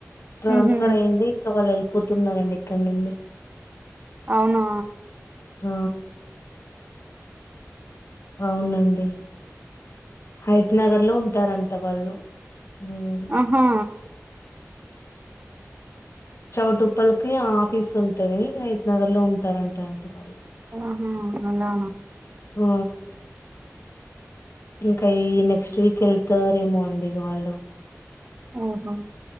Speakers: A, on the left; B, on the right.
A: ట్రాన్స్ఫర్
B: హుహు.
A: అయ్యింది. ఇంక వాళ్ళు వెళ్ళిపోతున్నారండి ఇక్కడ నుండి
B: అవునా
A: మ్ అవునండి హయత్ నగర్ లో ఉంటారంట వాళ్ళు. మ్మ్
B: ఆహా!
A: చౌటుప్పలకి ఆఫీస్ ఉంటందని. హయాత్ నగర్ లో ఉంటారంట అండి వాళ్ళు.
B: ఆహా! ఆలనా
A: మ్ ఇంక ఈ నెక్స్ట్ వీక్ వెళ్తారేమో అండి ఇగ వాళ్ళు.
B: ఓహో